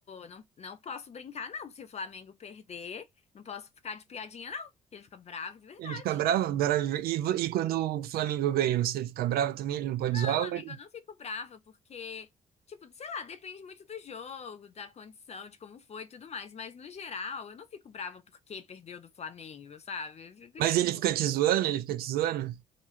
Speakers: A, on the left; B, on the right.
A: não, não posso brincar, não. Se o Flamengo perder, não posso ficar de piadinha, não. Porque ele fica bravo de verdade.
B: Ele fica bravo, bravo. de- E, vo- e quando o Flamengo ganha, você fica bravo também? Ele não pode
A: Não,
B: zoar?
A: amiga,
B: ou ele-
A: eu não fico brava, porque, tipo, sei lá, depende muito do jogo, da condição, de como foi e tudo mais. Mas, no geral, eu não fico brava porque perdeu do Flamengo, sabe? Eu fico,
B: Mas
A: tipo,
B: ele fica te zoando? Ele fica te zoando?